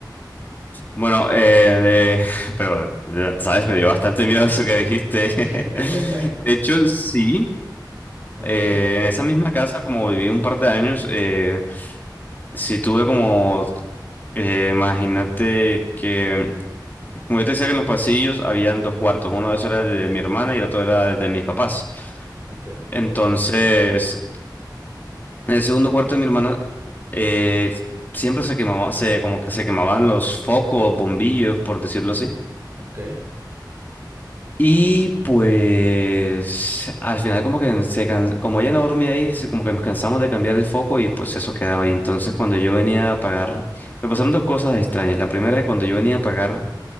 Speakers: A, on the left; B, on the right.
A: Bueno, eh, de- <laughs> pero, ya ¿sabes? Me dio bastante miedo <laughs> eso que dijiste.
B: <laughs>
A: <laughs> De hecho, sí,
B: Ok,
A: eh, en esa misma casa, como viví un par de años, eh, sí tuve como, eh, imagínate que Como yo te decía que en los pasillos habían dos cuartos, uno de esos era el de mi hermana y el otro era el de mis papás.
B: ok,
A: Entonces, en el segundo cuarto de mi hermana eh, siempre se quemaba, se, como que se quemaban los focos, bombillos, por decirlo así.
B: ok.
A: Y pues al final como que se can- como ella no dormía ahí, se- como que nos cansamos de cambiar el foco y pues eso quedaba ahí. Entonces cuando yo venía a apagar, me pasaron dos cosas extrañas. La primera es cuando yo venía a apagar